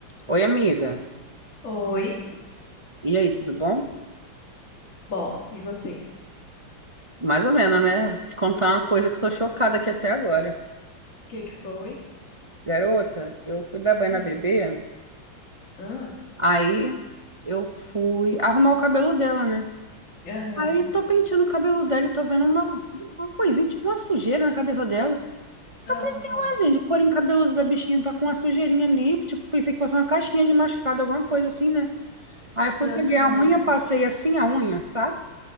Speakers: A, on the right; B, on the left.
A: Oi, amiga.
B: Oi.
A: E aí, tudo bom?
B: Bom, e você? O
A: Mais ou menos, né? Te contar uma coisa que eu tô chocada aqui até agora.
B: que que foi?
A: Garota, eu fui dar banho
B: Hum.
A: na bebê,
B: Aham,
A: aí eu fui arrumar o cabelo dela, né?
B: aham,
A: Aí tô penteando o cabelo dela e tô vendo uma, uma coisinha, tipo uma sujeira na cabeça dela.
B: aham,
A: Eu falei assim, ué, gente, o couro cabeludo da bichinha tá com uma sujeirinha ali. Tipo, pensei que fosse uma casquinha de machucado, alguma coisa assim, né? Aí eu fui,
B: aham.
A: peguei a unha, passei assim a unha, sabe?